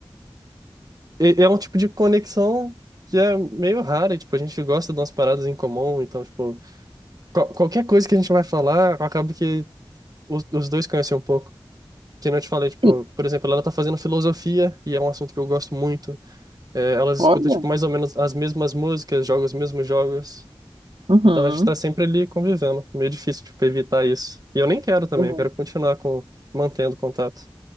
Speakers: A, on the right; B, on the right.
A: é é um tipo de conexão que é meio rara, e, tipo, a gente gosta de umas paradas em comum, então, tipo, qual- qualquer coisa que a gente vai falar, acaba que os, os dois conhecem um pouco. Que nem eu te falei, tipo,
B: Sim,
A: por exemplo, ela tá fazendo filosofia e é um assunto que eu gosto muito. É, elas
B: olha.
A: escutam, tipo, mais ou menos as mesmas músicas, jogam os mesmos jogos.
B: Uhum.
A: Então a gente tá sempre ali convivendo. Meio difícil, tipo, evitar isso. E eu nem quero também,
B: uhum.
A: eu quero continuar com, mantendo contato.